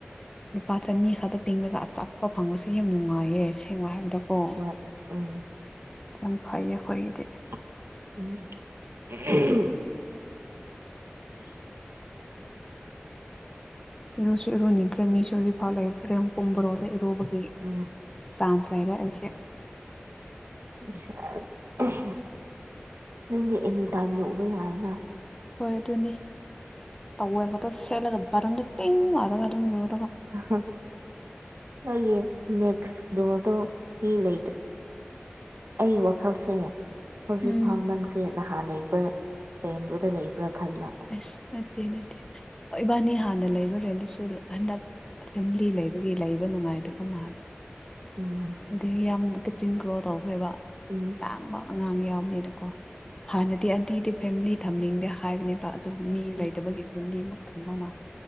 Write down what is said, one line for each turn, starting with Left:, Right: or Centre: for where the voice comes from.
Left: ꯂꯨꯄꯥ ꯆꯅꯤ ꯈꯛꯇ ꯇꯤꯡꯂꯒ ꯑꯆꯥꯄꯣꯠ ꯐꯪꯕꯁꯦ ꯌꯥꯝ ꯅꯨꯡꯉꯥꯏꯌꯦ ꯁꯦꯡꯕ ꯍꯥꯏꯕꯗꯣ ꯑꯣ
Right: ꯍꯣꯏ ꯎꯝ
Left: ꯌꯥꯝ ꯐꯩꯌꯦ ꯑꯩꯈꯣꯏꯒꯤꯗꯤ
Right: <unintelligible> <unintelligible>
Left: ꯏꯔꯨꯁꯨ ꯏꯔꯨꯅꯤꯡꯈ꯭ꯔꯦ ꯃꯤꯁꯨ ꯍꯧꯖꯤꯛ ꯐꯥꯎ ꯂꯩ ꯐ꯭ꯔꯦꯝ ꯄꯨꯝꯕꯣꯔꯣꯗ ꯏꯔꯨꯕꯒꯤ
Right: ꯎꯝ
Left: ꯆꯥꯟꯁ ꯂꯩꯔꯦ ꯑꯩꯁꯦ
Right: ꯏꯁ ꯑꯥ ꯎꯝ ꯅꯪꯗꯤ ꯑꯦꯅꯤ ꯇꯥꯏꯝ ꯂꯧꯕ ꯌꯥꯏꯅ
Left: ꯍꯣꯏ ꯑꯗꯨꯅꯤ ꯇꯧꯋꯦꯜ ꯒꯗꯣ ꯁꯦꯠꯂꯒ ꯕꯥꯠꯔꯨꯝꯗ ꯇꯤꯡ ꯂꯥꯎꯔꯒ ꯑꯗꯨꯝ ꯂꯨ
Right: ꯑꯍꯥ ꯅꯣꯏꯒꯤ ꯅꯦꯛꯁ ꯗꯣꯔꯗꯣ ꯃꯤ ꯂꯩꯇ꯭ꯔꯣ ꯑꯩꯒꯤ ꯋꯥꯈꯜꯁꯦ ꯍꯧꯖꯤꯛꯐꯥꯎ
Left: ꯎꯝ
Right: ꯅꯪꯁꯦ ꯅꯍꯥꯟ ꯂꯩꯕ ꯄꯦꯟꯗꯨꯗ ꯂꯩꯕ꯭ꯔꯥ ꯈꯜꯂ
Left: ꯑꯁ ꯅꯠꯇꯦ ꯅꯠꯇꯦ ꯏꯕꯥꯅꯤ ꯍꯥꯟꯅ ꯂꯩꯕ ꯔꯦꯟꯠ ꯗꯨꯁꯨ ꯍꯟꯗꯛ ꯐꯦꯃꯤꯂꯤ ꯂꯩꯕꯒꯤ ꯂꯩꯕ ꯅꯨꯡꯉꯥꯏꯇꯕ ꯃꯥꯜ
Right: ꯎꯝ
Left: ꯗꯩ ꯌꯥꯝ ꯀꯛꯆꯤꯟ ꯀ꯭ꯔꯣ ꯇꯧꯈ꯭ꯔꯦꯕ
Right: ꯎꯝ
Left: ꯂꯥꯡꯕ ꯑꯉꯥꯡ ꯌꯥꯎꯕꯅꯤꯅꯀꯣ ꯍꯥꯟꯅꯗꯤ ꯑꯟꯇꯤꯗꯤ ꯐꯦꯃꯤꯂꯤ ꯊꯝꯅꯤꯡꯗꯦ ꯍꯥꯏꯕꯅꯦꯕ ꯑꯗꯨꯝ ꯃꯤ
Right: ꯎꯝ
Left: ꯂꯩꯇꯕꯒꯤ ꯌꯨꯝꯗꯤꯃꯨꯛ ꯊꯝꯕ ꯃꯥꯜ